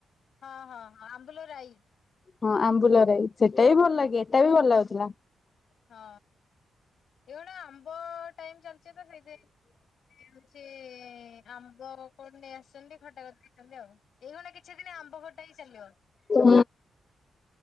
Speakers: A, on the left (about 70°); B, on the left (about 45°).
A: ହଁ ହଁ ଆମ୍ବୁଲରାଇ।
B: ହଁ ଆମ୍ବୁଲରାଇ। ସେଟା ବି ଭଲ ଲାଗେ, ଏଟା ବି ଭଲ ଲାଗୁଥିଲା।
A: ହଁ ଏଗୁଡା ଆମ୍ବ ଟାଇମ ଚାଲିଚି ଏବେ ସେଇଥିପାଇଁ ହେଉଛି ଏ ଆମ୍ବ କନ ନେଇଆସ୍ ସେମତି ଖଟା କରିଦେଇଛନ୍ତି ଆଉ। ଏଦିନ କିଛି ଦିନ ଆମ୍ବ ଖଟା ହିଁ ଚାଲିବ
B: ହୁଁ